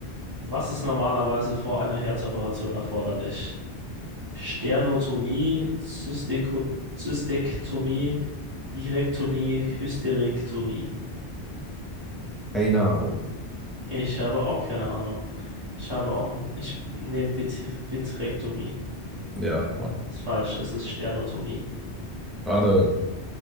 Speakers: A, on the right (about 25°); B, in the centre.
A: Was ist normalerweise vor einer Herzoperation erforderlich? Sternotomie, Zystiko Zystektomie, Virektomie, Hysterektomie.
B: Keine Ahnung.
A: Ich habe auch keine Ahnung. Ich habe auch, n- ich nehme Vit Vitrektomie.
B: Ja, mach.
A: Ist falsch, es ist Sternotomie.
B: Gerade.